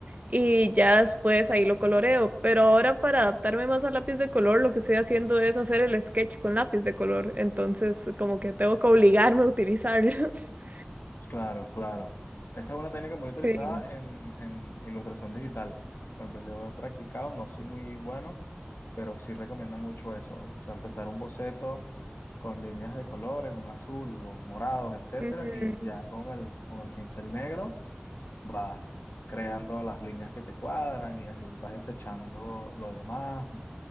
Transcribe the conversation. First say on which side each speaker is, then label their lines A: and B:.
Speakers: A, on the right (about 40°); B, on the left (about 65°).
A: y ya después ahí lo coloreo, pero ahora para adaptarme más al lápiz de color lo que estoy haciendo es hacer el sketch con lápiz de color, entonces como que tengo que obligarme a utilizarlos. <laughs>
B: Claro, claro. Esa es una técnica muy utilizada
A: Sí.
B: en, en ilustración digital. Por ejemplo, yo he practicado, no soy muy bueno, pero sí recomiendo mucho eso. O sea, empezar un boceto con líneas de colores, un azul o morados, etcétera,
A: Ujú,
B: y ya con el, con el pincel negro vas creando las líneas que te cuadran y así vas desechando lo demás.